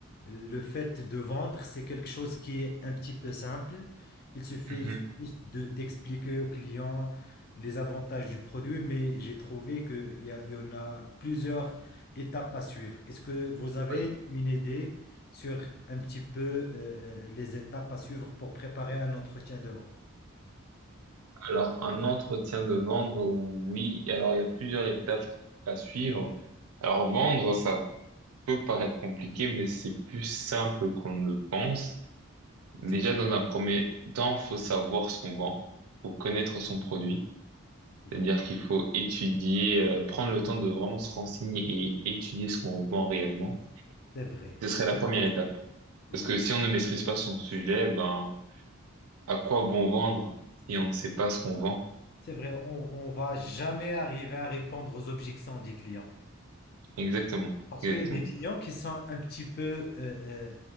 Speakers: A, on the left; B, on the right.
A: le fait de vendre, c'est quelque chose qui est un petit peu simple il suffit
B: mhm.
A: juste de- d'expliquer au client les avantages du produit, mais j'ai trouvé qu'il y a- il y en a plusieurs étapes à suivre. Est-ce que vous avez
B: Oui.
A: une idée sur un petit peu euh, euh, les étapes à suivre pour préparer un entretien de vente?
B: Alors, un entretien de vendre, oui. Alors, il y a plusieurs étapes à suivre. Alors, vendre, ça peut paraître compliqué, mais c'est plus simple qu'on ne le pense. Déjà,
A: C'est
B: dans un premier temps, faut savoir ce qu'on vend, faut connaître son produit.
A: c'est-
B: C'est-à-dire qu'il faut étudier, euh, prendre le temps de vraiment se renseigner et étudier ce qu'on vend réellement.
A: C'est vrai,
B: Ce serait
A: c'est
B: la
A: important.
B: première étape.
A: Oui.
B: Parce que si on ne maîtrise pas son sujet, ben, à quoi bon vendre si on ne sait pas ce qu'on vend?
A: C'est vrai, on ne va jamais arriver à répondre aux objections des clients.
B: Exactement,
A: Parce
B: exactement,
A: qu'il y a des clients qui sont un petit peu euh, euh,